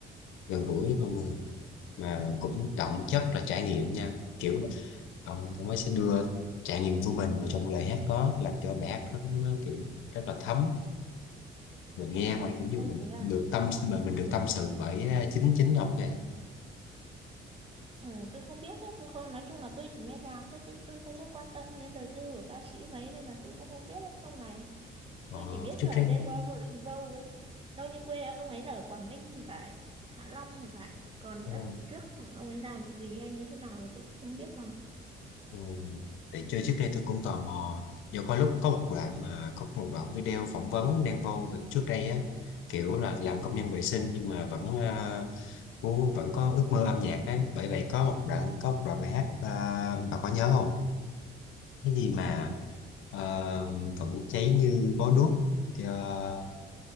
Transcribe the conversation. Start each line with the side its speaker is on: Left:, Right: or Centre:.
Left: gần gũi với mọi người mà cũng đậm chất là trải nghiệm nha kiểu ông ông ấy sẽ đưa trải nghiệm của mình vào trong lời hát đó làm cho bài hát nó, nó kiểu rất là thấm mình nghe mà kiểu như
Right: Ôi
Left: mình
Right: thế à,
Left: được
Right: thế,
Left: tâm mà mình được tâm sự bởi ờ, chính chính ông này đó.
Right: ừ, tôi không biết đấy, tôi không, nói chung là tôi chỉ nghe nhạc thôi chứ tôi không có quan tâm đến đời tư của ca sĩ mấy nên là tôi cũng không biết đấy ông này.
Left: ờ,
Right: Tôi chỉ biết
Left: trước
Right: là
Left: đây
Right: Đen Vâu là Đen Vâu ấy. Đâu như quê ông ấy là ở Quảng Ninh thì phải, Hạ Long thì phải. Còn nữa
Left: ờ,
Right: thì trước ông ấy làm gì hay như thế nào thì tôi cũng không biết lắm.
Left: Ừ. Thì chơi trước đây tôi cũng tò mò do có lúc có một đoạn mà có một đoạn video phỏng vấn Đen Vâu về trước đây á kiểu là làm công nhân vệ sinh nhưng mà vẫn à, muốn vẫn có ước mơ âm nhạc ấy bởi vậy có một đoạn có một đoạn bài hát à, bà có nhớ không cái gì mà ờ, vẫn cháy như bó đuốc ờ,